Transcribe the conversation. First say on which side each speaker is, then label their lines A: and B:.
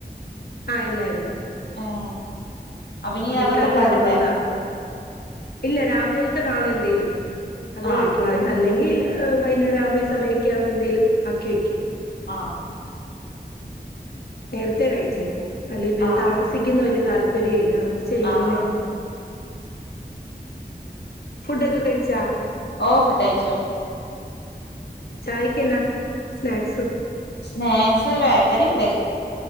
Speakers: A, on the left; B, on the left.
A: ആഹ് എല്ലാരും
B: ഏഹ് അപ്പൊ ഇനി
A: മുടിക്കാക്ക്
B: അതൊക്കെ ഇണ്ടാക്കണ്ടേ
A: നിർബന്ധ ഇല്ല രാവിലെ ത്തെ കാണ എന്തേലും അതേ
B: ആഹ്
A: കഴിക്കുള്ളു അത അല്ലെങ്കിൽ വൈന്നേരം ആവുമ്പം ഈ സമയമക്കകുമ്പ എന്തേലും ആക്കി എക്കും
B: ആ
A: നേരത്തെേ കഴിച്ചേക്കും അല്ലെ
B: ആഹ്
A: താമസിക്കുന്ന വലിയ താൽപ പര്യല്യ ചെയ്യ
B: ആഹ്
A: പിന്നെ
B: ആഹ്
A: ഫുഡൊക്കെ കഴിച്ചാ
B: ഓ ഫുഡയ്ച്ചു
A: ചായക്ക് എന്നാ സ്നാക്സ്?
B: സ്നാക്സ് ബേക്കറി ഇണ്ട്